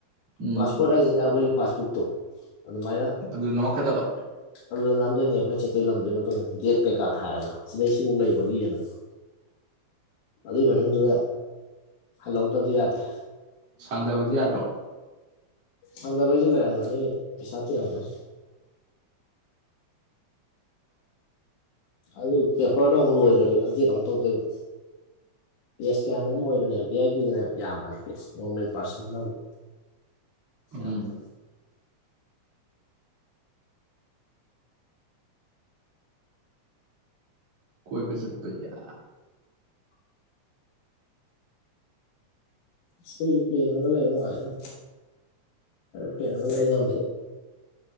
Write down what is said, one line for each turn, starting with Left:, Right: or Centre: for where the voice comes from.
Right: ꯎꯝ
Left: ꯄꯥꯁꯄꯣꯔꯠ ꯍꯥꯏꯁꯤꯅ ꯑꯩꯈꯣꯏꯒꯤ ꯄꯥꯁꯕꯨꯛꯇꯣ ꯑꯗꯨꯃꯥꯏꯅ
Right: ꯑꯗꯨ ꯅꯝꯃꯛꯀꯗꯕ
Left: ꯑꯗꯨꯗ ꯅꯝꯗꯣꯏꯅꯦ ꯑꯩꯈꯣꯏ ꯆꯠꯇ‌ꯣꯏ ꯂꯝꯗꯨꯏ ꯃꯇꯨꯡ ꯏꯟꯅ ꯗꯦꯠ ꯀꯩꯀꯥ ꯊꯥꯔꯒ ꯁꯤꯗꯩ ꯁꯤꯐꯥꯎ ꯂꯩꯕꯒꯤꯅ ꯑꯗꯨꯏ ꯃꯅꯨꯡꯗꯨꯗ ꯍꯜꯍꯧꯗꯕꯗꯤ ꯌꯥꯗꯦ
Right: ꯁꯥꯡꯗꯕꯗꯤ ꯌꯥꯗ꯭ꯔꯣ
Left: ꯍꯟꯗꯕꯩꯁꯨ ꯂꯩꯔꯝꯒꯅꯤ ꯄꯩꯁ ꯇꯤꯡꯉꯝ ꯒꯅꯤ ꯑꯗꯨ ꯄꯦꯄꯔꯗꯣ ꯑꯃꯨꯛ ꯂꯣꯏꯈ꯭ꯔꯗꯤ ꯑꯝꯗꯦꯠ ꯑꯃꯨꯛ ꯇꯧꯗꯣꯏꯕ ꯄꯦꯁ ꯀꯌꯥꯅꯣꯝ ꯑꯣꯏꯕꯅꯦꯕ ꯚꯤ ꯑꯥꯏ ꯄꯤ ꯒꯤꯅ ꯌꯥꯝꯕꯅꯦ ꯄꯦꯁ ꯅꯣꯔꯃꯦꯜ ꯄꯥꯔꯁꯟ ꯒꯤꯅ ꯑꯃꯨꯛ
Right: ꯎꯝ
Left: ꯌꯥꯝꯗ
Right: ꯀꯣꯏꯕ ꯆꯠꯄ ꯌꯥ
Left: ꯁꯣꯏꯁꯨꯦ ꯄ꯭ꯂꯦꯒ ꯂꯩꯅꯅꯨꯡ ꯍꯥꯏ ꯅ ꯄ꯭ꯂꯦꯅꯒ ꯂꯩ ꯉꯝꯃꯗꯤ